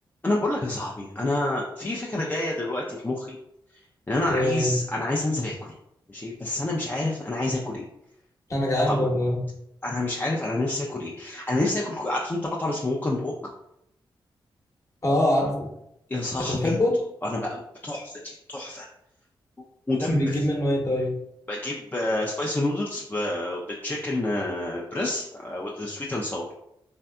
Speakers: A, on the left (about 20°); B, on the left (about 35°).
A: انا بقول لك يا صاحبي انا في فكره جايه دلوقتي في مخي ان انا عايز
B: ايه
A: انا عايز انزل اكل ماشي بس انا مش عارف انا عايز اكل ايه
B: انا جعان
A: طبعا
B: برضه
A: انا مش عارف انا نفسي اكل ايه انا نفسي اكل عارف انت مطعم اسمه ووك اند ووك
B: اه عارفه
A: يا صاحبي
B: انت بتحبه
A: انا بقى تحفه دي تحفه مدمر
B: بتجيب منه ايه طيب
A: بجيب سبايسي نودلز بالتشيكن بريس وذ سويت اند ساور